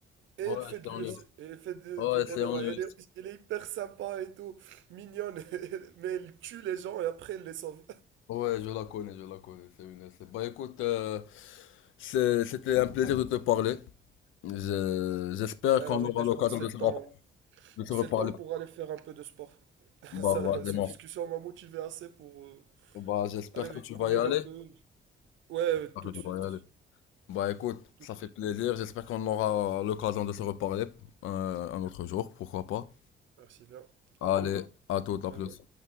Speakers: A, on the right; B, on the left.
A: Et elle
B: ouais,
A: fait de
B: c'est
A: l'UFC,
B: en Europe.
A: et elle fait de-
B: Ouais,
A: du
B: c'est
A: MMA,
B: en
A: elle
B: Europe.
A: est, elle est hyper sympa et tout, mignonne, <laughs> mais elle tue les gens et après elle les sauve.
B: Ouais, je la connais, je la connais. C'est une essai. Bah écoute, euh, c'est- c'était un plaisir de te parler. Je- j'espère
A: Ouais,
B: qu'on
A: la vérité,
B: aura
A: je
B: l'occasion
A: pense que c'est
B: de
A: le
B: se,
A: temps,
B: rap- de se
A: c'est
B: reparler.
A: le temps pour aller faire un peu de sport. <laughs>
B: Bah
A: Ça,
B: vas-y,
A: cette
B: mon
A: discussion
B: frère.
A: m'a motivé assez pour euh,
B: Bah j'espère
A: aller
B: que tu
A: courir
B: vas y aller.
A: un peu. Ouais,
B: J'espère
A: tout
B: que tu
A: de suite,
B: vas y aller. Bah écoute,
A: tout
B: ça
A: de
B: fait
A: suite.
B: plaisir. J'espère qu'on aura l'occasion de se reparler euh, un autre jour, pourquoi pas.
A: Merci bien.
B: Allez,
A: À toutes.
B: à toute,
A: Bye
B: à plus.
A: bye.